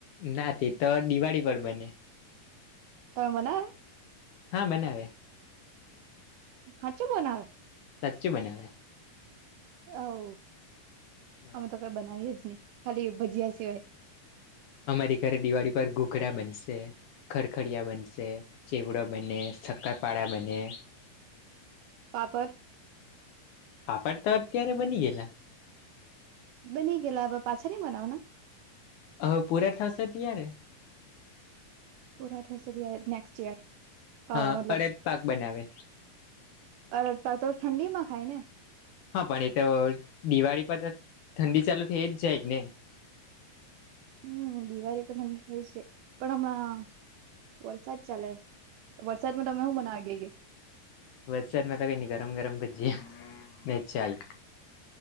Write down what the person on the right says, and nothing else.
તમે બનાવે
હાચુ બનાવે
હ
અમે તો કઈ બનાવી જ નહી ખાલી ભજીયા સિવાય
પાપડ
બની ગેલા હવે પાછા ની બનાવાના
પૂરા થશે નેક્સ્ટ યર
મતલબ
અડદ પાક તો ઠંડીમાં ખાય ને
હમ દિવાળી પણ ઠંડી થઈ છે પણ હમણાં વરસાદ ચાલે વરસાદમાં તમે શું મનાવે